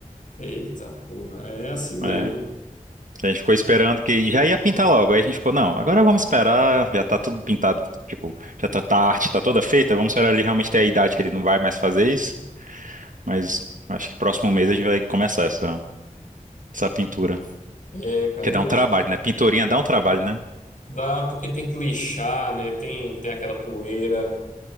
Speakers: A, on the left (about 60°); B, on the right (about 65°).
A: Eita porra, é assim mesmo.
B: É, a gente ficou esperando que já ia pintar logo. Aí a gente ficou, não, agora vamos esperar, já tá tudo pintado, tipo, já tá, tá a arte, tá toda feita, vamos esperar ele realmente ter a idade que ele não vai mais fazer isso. Mas acho que próximo mês a gente vai começar essa, essa pintura.
A: É, cara,
B: Que
A: o bo-
B: dá um trabalho, né? Pinturinha dá um trabalho, né?
A: dá porque tem que lixar, né? Tem, tem aquela poeira.